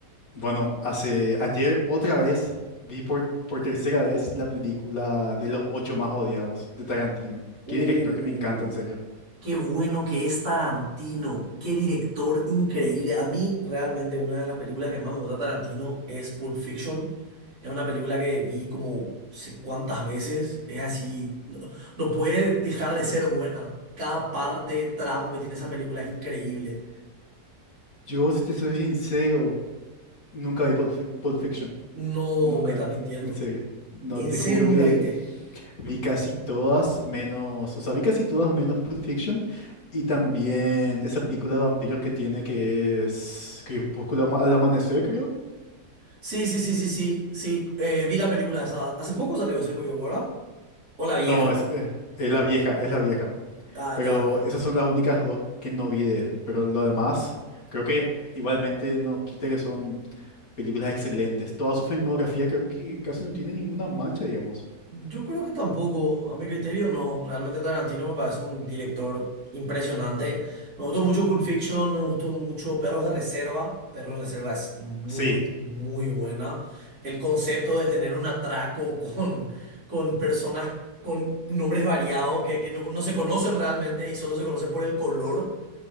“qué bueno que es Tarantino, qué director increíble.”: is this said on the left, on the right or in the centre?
Right